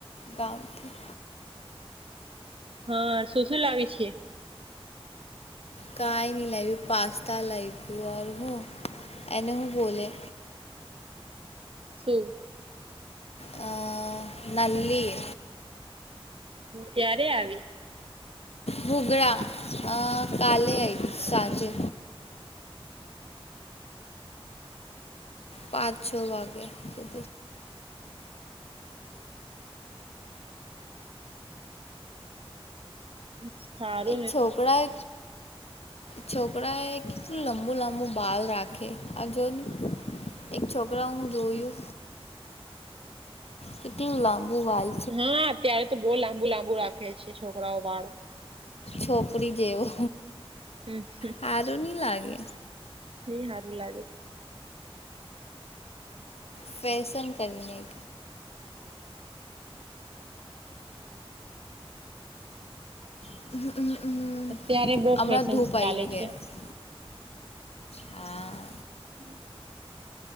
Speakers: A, on the left; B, on the right.
A: ગામથી.
B: હા, શું શું લાવી છે.
A: કાઈ ની લાયવી પાસ્તા લાવ્યું હું એને હું બોલે.
B: શું.
A: અ નાલ્લી.
B: ક્યારે આવી.
A: હુગડા અ કાલેય સાંજે. પાંચ છો વાગ્યા
B: <inaudible>
A: એક
B: ને
A: છોકરા
B: <inaudible>
A: છોકરા એ કેટલું લંબુ લંબુ બાલ રાખે આ જોત. એક છોકરા હુ જોયુ. કેટલુ લાબુ બાલ.
B: હા, અત્યારે તો બો લાંબુ લાંબુ રાખે છે છોકરાઓ વાળ.
A: છોકરી જેવો.
B: <unintelligible>
A: હારુની લાગે.
B: ની હારુ લાગે.
A: ફેશન કરને. <unintelligible>
B: અત્યારે બોવ
A: હમણાં
B: ફેશન
A: ધૂપ આવી
B: ચાલે
A: ગયા
B: છે.
A: હા
B: <inaudible>